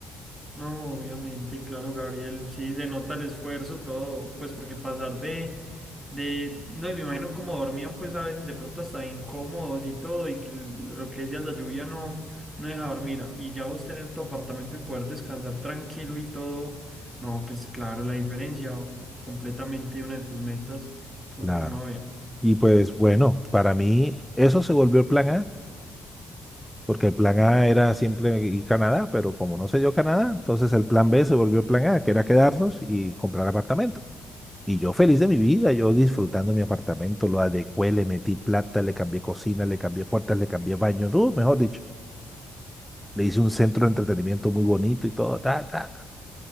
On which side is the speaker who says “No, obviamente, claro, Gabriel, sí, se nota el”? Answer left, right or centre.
Right